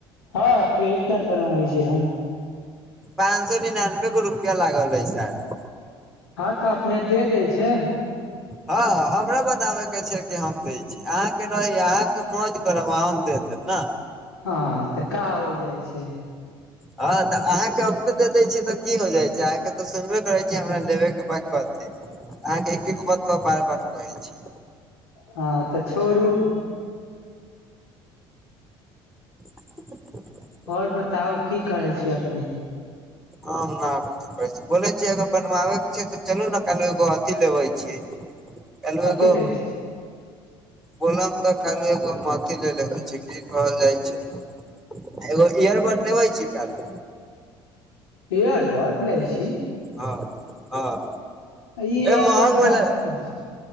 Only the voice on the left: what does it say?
हँ क्रेडिट कार्ड बनबै छै हम
हँ तऽ अपने दे दै छै
हँ तऽ का होइ जाइ छै
हँ तऽ छोड़ू
आओर बताउ की करै छी अपने
कथी
लै छी
इयरबड लै छी
आ ई इयरबड
का अथी करै छी